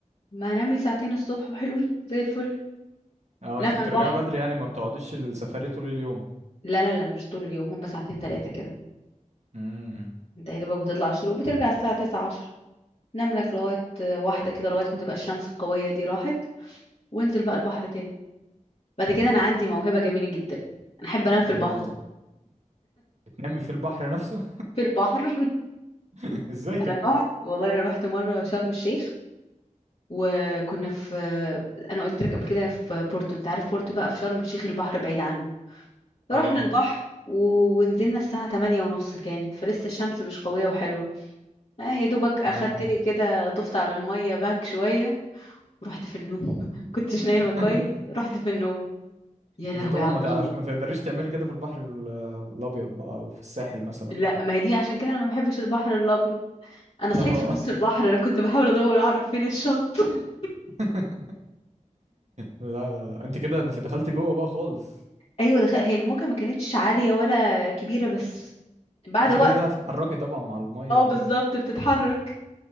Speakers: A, on the left; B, on the right.
A: ما أنام لي ساعتين الصبح وحلوين زي الفل
B: اه
A: نام
B: انت
A: على
B: بترجعوا
A: البحر
B: بدري يعني ما بتقعديش السفاري طول اليوم
A: لا لا لا مش طول اليوم هم ساعتين تلاتة كده
B: امم
A: انت يا دوبك بتطلع الشروق بترجع الساعة تسعة عشر نام لك لغاية واحدة كده لغاية ما تبقى الشمس القوية دي راحت وانزل بقى البحر تاني بعد كده انا عندي موهبة جميلة جدا انا احب انام في البحر
B: ايه هي بقى بتنامي في البحر نفسه
A: في البحر <laughs>
B: <laughs> ازاي كده
A: انا رحت والله انا رحت مرة شرم الشيخ وكنا في انا قلت لك قبل كده في بورتو انت عارف بورتو بقى في شرم الشيخ البحر بعيد عنه فرحنا
B: اه
A: البحر و- ونزلنا الساعة تمانية ونص كانت فلسه الشمس مش قوية وحلوة آه، يا دوبك اخدت
B: تمام
A: لي كده طفت على الميه باك شويه ورحت في النوم <laughs> كنتش نايمه
B: <laughs>
A: كويس رحت في النوم يا لهوي
B: انت طبعا
A: يا عبد
B: ما تعرف
A: الله
B: ما تقدريش تعملي كده في البحر ال- الابيض بقى او في الساحل مثلا
A: لا ما هي دي عشان كده انا ما بحبش البحر الابيض انا
B: اه
A: صحيت في نص البحر انا كنت بحاول ادور اعرف فين الشط <laughs>
B: <laughs> لا لا لا انت كده انت دخلت جوه بقى خالص
A: ايوه دخل هي الموجه ما كانتش عاليه ولا كبيره بس بعد
B: انت
A: وقت
B: كده كده هتتحركي طبعا مع الميه
A: اه
B: وكده
A: بالظبط بتتحرك